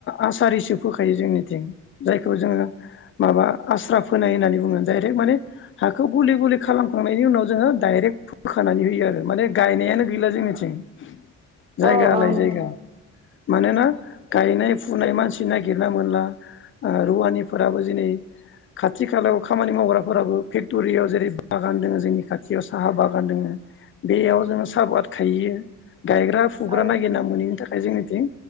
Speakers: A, on the left; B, on the right.
A: आसारिस फोखायो जोंनिथिं जायखौ जोङो माबा आस्रा फोनाय होननानै बुङो डाइरेक्ट माने हाखौ गुलि गुलि खालामखांनायनि उनाव जोङो डायरेक्ट फोखानानै होयो आरो माने गायनायानो गैला जोंनिथिं। जायगा
B: अ अ
A: लायै
B: नोंथां
A: जायगा मानोना गायनाय फुनाय मानसि नागिरना मोनला ओ रुवानिफोराबो दिनै खाथि खालायाव खामानि मावग्राफोराबो फेक्ट'रियाव जेरै बागान दङ जोंनि खाथियाव साहा बागान दोंङो बेयाव जोङो साहाफाद खायो। गायग्रा फुग्रा
B: औ
A: नागिरना मोनैनि थाखाय जोंनिथिं